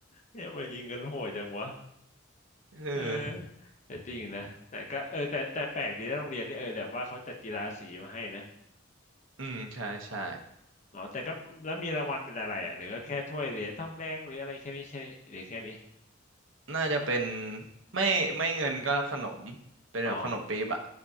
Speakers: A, on the left; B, on the right.
A: เนี่ยมายิงกันโหดจังวะ
B: เออ
A: เออแต่จริงนะแต่ก็เออแต่แต่แปลกดีนะโรงเรียนนี่เออแบบว่าเขาจัดกีฬาสีมาให้นะ
B: อืมใช่ใช่
A: อ๋อแต่ก็แล้วมีรางวัลเป็นอะไรอ่ะหรือก็แค่ถ้วยเหรียญทองแดงหรืออะไรแค่นี้แค่นี้หรือแค่นี้
B: น่าจะเป็นไม่ไม่เงินก็ขนมเป็นแบบขนมปี๊บอ่ะ
A: อ๋อ